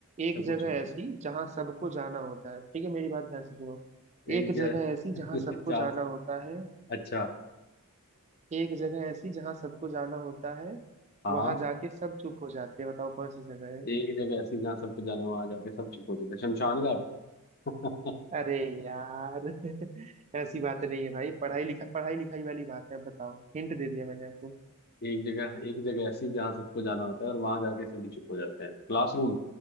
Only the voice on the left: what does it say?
अच्छा
पूछो
मुझे
एक
जगह
<laughs> जा
अच्छा
हाँ
एक जगह ऐसी जहाँ सबको जाना वहां जाके सब चुप हो जाते हैं। शमशान घाट <laughs>
एक जगह एक जगह ऐसी जहाँ सबको जाना होता है और वहां जाके सभी चुप हो जाते हैं क्लासरूम